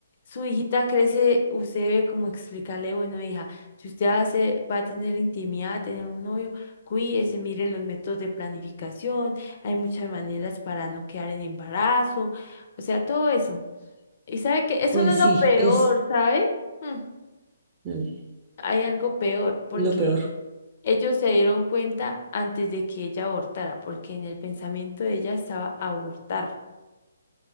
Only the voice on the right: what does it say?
Pues
sí,
es
mm.
lo peor.